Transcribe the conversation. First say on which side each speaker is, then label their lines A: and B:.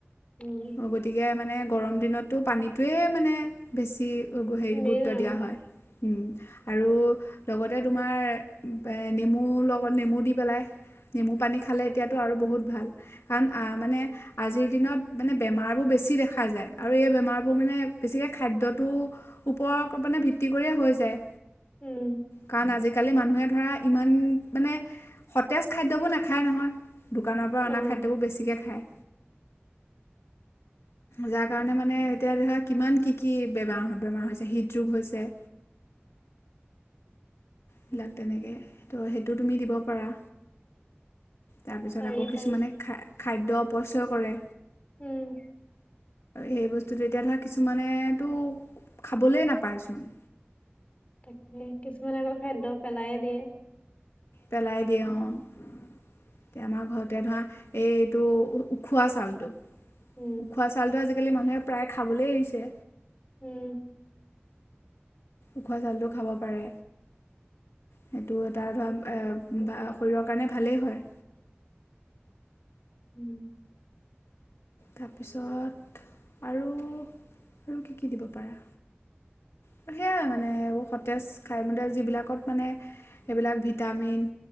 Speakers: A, on the left; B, on the left.
A: উম
B: অ গতিকে মানে গৰম দিনতো পানীটোৱেই মানে বেছি হেৰি
A: মেইন
B: গুৰুত্ব
A: আৰু
B: দিয়া হয়। উম আৰু লগতে তোমাৰ নেমু লগ অকণ নেমু দি পেলাই নেমু পানী খালে এতিয়াতো আৰু বহুত ভাল কাৰণ মানে আজিৰ দিনত মানে বেমাৰবোৰ বেছি দেখা যায় আৰু এই বেমাৰবোৰ মানে বেছিকৈ খাদ্যটো ওপৰত মানে ভিত্তি কৰিয় হৈ যায়।
A: উম
B: কাৰণ আজিকালি মানুহে ধৰা ইমান মানে সতেজ খাদ্যবোৰ নাখায় নহয়। দোকানৰ পৰা অনা
A: অ
B: খাদ্যবোৰ বেছিকে খায়। যাৰ কাৰণে মানে এতিয়া ধৰা কিমান কি কি বেমাৰ বেমাৰ হৈছে হৃদৰোগ হৈছে। বিলাক
A: উম
B: তেনেকে ত' সেইটো তুমি দিব পাৰা। তাৰপিছত
A: পাৰি
B: আকৌ
A: পাৰি
B: কিছুমানে খা খাদ্য অপচয় কৰে।
A: উম
B: সেই বস্তুটো এতিয়া ধৰা কিছুমানেতো খাবলৈ নাপায়চোন।
A: তাকে কিছুমান আকৌ খাদ্য পেলাইয়ে দিয়ে।
B: পেলাই দিয়ে উম, এতিয়া আমাৰ ঘৰতে ধৰা এইটো উখোৱা ছালটো
A: উম
B: উখোৱা চালটো আজি আজিকালি মানুহে প্ৰায় খাবলৈ এৰিছে।
A: উম
B: উখোৱা চাউলটো খাব পাৰে সেইটো এটা ধৰা শৰীৰৰ কাৰণে ভালেই হয়।
A: উম
B: তাৰপিছত আৰু আৰু কি কি দিব পাৰা। সেইয়াই মানে এইবোৰ সতেজ খাইমতে যিবিলাকত মানে এইবিলাক ভিটামিন